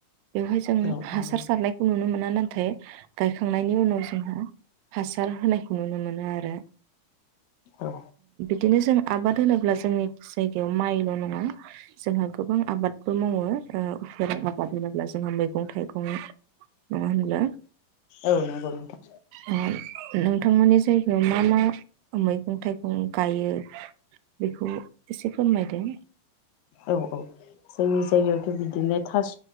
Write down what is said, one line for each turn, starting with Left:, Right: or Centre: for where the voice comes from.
Right: बेवहाय जों
Left: औ नंगौ
Right: हासार सारनायखौ नुनो मोना। ना थाय गायखांनायनि उनाव जोंहा हासार होनायखौ नुनो मोनो आरो
Left: औ।
Right: दिनो जों आबाद होनोब्ला जोंनि जायगायाव माइल' नङा जोंहा गोबां आबादबो मावो ओ उफेरा आबाद होनोब्ला जोंहा मैगं थाइगं नङा होनब्ला?
Left: औ नंगौ नोंथां
Right: ओ नोंथांमोननि जायगायाव मा मा मैगं थाइ गं गायो बेखौ एसे फोरमायदों
Left: औ औ जोंनि जायगायावथ' बिदिनो थास'